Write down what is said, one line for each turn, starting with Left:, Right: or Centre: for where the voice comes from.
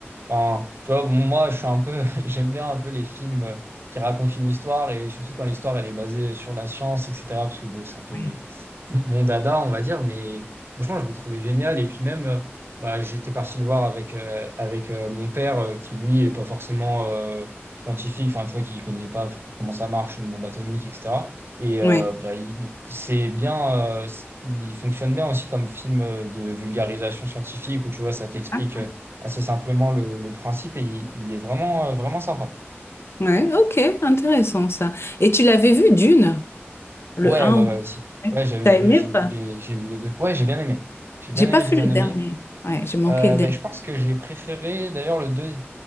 Right: Enfin, tu vois, bon, moi, je suis un peu, <laughs> j'aime bien un peu les films qui racontent une histoire et surtout quand l'histoire elle est basée sur la science, etc. Parce que bon, c'est un peu
Left: ouais,
Right: mon, mon dada, on va dire, mais franchement, je le trouvais génial. Et puis même, euh, bah, j'étais parti le voir avec, euh, avec euh, mon père, euh, qui lui est pas forcément euh, scientifique, enfin, tu vois, qui connaît pas enfin, comment ça marche, une bombe atomique, etc. Et euh,
Left: ouais.
Right: bah, il, il- c'est bien, euh, il fonctionne bien aussi comme film euh, de vulgarisation scientifique, où tu vois, ça t'explique
Left: Ah,
Right: euh, assez simplement le, le principe, et il, il est vraiment, euh, vraiment sympa.
Left: ouais, ok, intéressant ça. Et tu l'avais vu Dune, le
Right: Ouais,
Left: un
Right: ouais,
Left: ou
Right: ouais, aussi.
Left: Ouais.
Right: Ouais, j'avais
Left: T'as aimé
Right: vu, j'ai
Left: ou
Right: vu
Left: pas?
Right: les, j'ai vu les deux. Ouais, j'ai bien aimé. J'ai bien
Left: J'ai pas
Right: aimé, j'ai
Left: vu
Right: bien
Left: le
Right: aimé.
Left: dernier. Ouais, j'ai manqué
Right: Euh,
Left: le
Right: ben,
Left: dernier.
Right: je pense que j'ai préféré d'ailleurs le, deux-